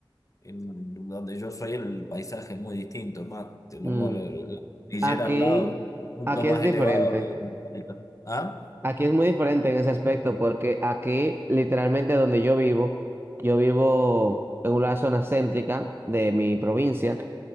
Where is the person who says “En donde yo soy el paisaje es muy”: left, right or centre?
Left